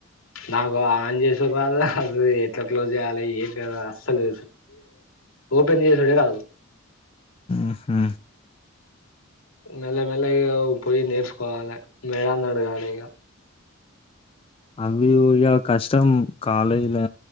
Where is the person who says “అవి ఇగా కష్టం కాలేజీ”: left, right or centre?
Left